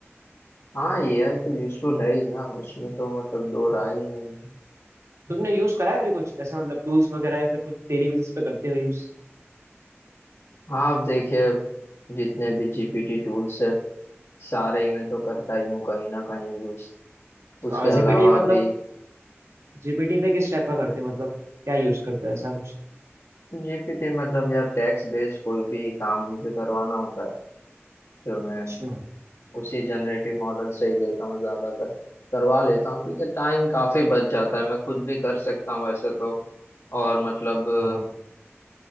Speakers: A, on the left (about 70°); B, on the right (about 80°).
A: हाँ एआई तो यूजफुल है ही ना उसमें तो मतलब दो राय ही नहीं है
B: तुमने यूज करा है अभी कुछ ऐसे मतलब टूल्स वगैरह या फिर कुछ डेली बेसिस पे करते हो यूज
A: हाँ आप देखिए जितने भी जीपीटी टूल्स है सारे इन्हें तो करता ही हूँ कहीं ना कहीं यूज
B: अच्छा
A: उसके
B: जीपीटी
A: अलावा
B: मतलब
A: भी
B: जीपीटी पे किस टाइप का करते हो मतलब क्या यूज करते हो ऐसा कुछ
A: जीपीटी मतलब यार टैक्स बेस्ड कोई भी काम मुझे करवाना होता है जो मैं
B: अच्छा,
A: उसी जनरेटिव मॉडल से ही लेता हूँ ज्यादातर करवा लेता हूँ क्योंकि टाइम काफी बच जाता है मैं खुद भी कर सकता हूँ वैसे तो और मतलब अ,
B: हाँ